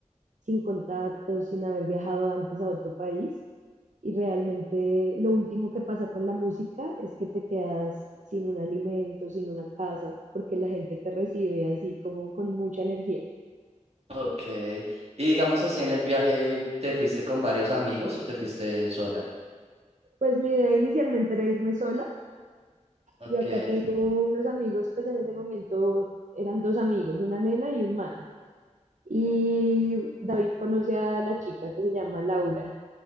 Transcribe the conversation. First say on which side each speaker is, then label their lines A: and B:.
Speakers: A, on the right; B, on the right.
A: sin contactos, sin haber viajado antes a otro país? Y realmente lo último que pasa con la música es que te quedas sin un alimento, sin una casa, porque la gente te recibe así como con mucha energía.
B: Ok, y digamos así en el viaje, ¿te fuiste con varios amigos o te fuiste sola?
A: Pues mi idea inicialmente era irme sola.
B: Ok,
A: Yo acá tengo unos amigos, pues en ese momento eran dos amigos, una nena y un man. y David conoce a la chica que se llama Laura.